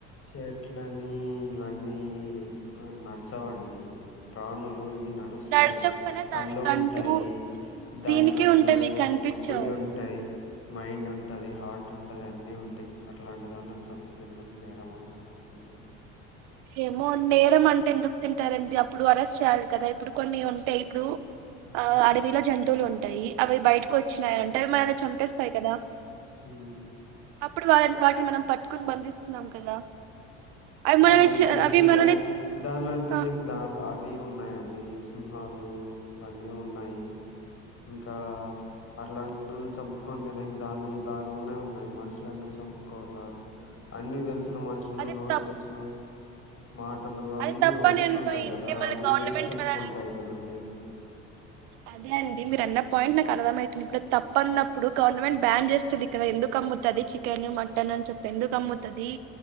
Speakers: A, on the left; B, on the right.
A: చెట్లని ఇవన్నీ. నడుచావండి. ప్రాణులు ఇ నడుస్తాయి
B: నడచకపోయినా
A: కళ్ళు
B: దానికంటూ
A: ఉంటాయి. దానికంటూ
B: దీనికే ఉంటాయి మీకు కనిపించవు
A: మైండ్ ఉంటాయి. మైండ్ ఉంటుది హార్ట్ ఉంటది అన్ని ఉంటాయి. అట్లాంటి దానిలోని చంపి తినడం నేరం. రమ కాతాండడి <unintelligible>
B: ఏమో నేరం అంటే ఎందుకు తింటారండి. అప్పుడు అరెస్ట్ చేయాలి కదా ఇప్పుడు కొన్ని ఉంటాయి. ఇప్పుడు
A: హ్మ్.
B: ఆ అడవిలో జంతువులు ఉంటాయి. అంటాయి అవి బయటకు వచ్చినాయంటడి. అవి మనని చంపేస్తాయి కదా.
A: హ్మ్.
B: అప్పుడు వాళని వాటిని మనం పట్టుకుని బంధిస్తున్నాం కదా. అవి మనల్ని
A: దాని లోని
B: చ
A: తినేకి
B: అవి మనల్ని
A: ద దాలోని తినకి
B: ఆ,
A: ద ఇవి ఉన్నాయిడి సింహాలు ఇవన్నీ ఉన్నాయి. ఇంకా అట్లా చంపుకొని తిననికి దాని దానిలోనే ఉన్నాయి. మనుషులు ఎందుకు చంపుకోవాల అన్ని తెలిసిన లో
B: అది
A: నోటుకొచ్చిన.
B: తప్
A: మాటలు అన్ని
B: అది తప్పని
A: వస్తుంటాయి
B: అనుకోయింటే
A: కదా
B: మళ్ళీ
A: అవి
B: గవర్నమెంట్
A: ఏం చెప్పుకుంటాయి
B: మనల్ని
A: కదండి
B: అదే అండి మీరు అన్న పాయింట్ నాకు అర్థమ అవుతుంది ఇప్పుడు తప్ప అన్నప్పుడు గవర్నమెంట్ బ్యాన్ చేస్తుంది కదా ఎందుకు అమ్ముతుంది చికెన్ మటన్ అని చెప్ ఎందుకు అమ్ముతుది